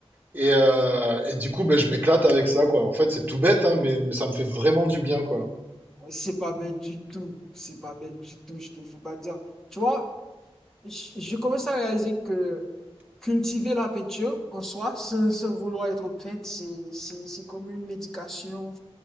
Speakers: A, on the right; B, in the centre.
A: Et, euh, et du coup, ben, je m'éclate avec ça, quoi. En fait, c'est tout bête, hein, mais, mais ça me fait vraiment du bien, quoi.
B: C'est pas bête du tout. C'est pas bête du tout. Je te fais pas dire. Tu vois, je, je commence à réaliser que Cultiver la peinture en soi, sans, sans vouloir être plainte, c'est, c'est, c'est comme une médication,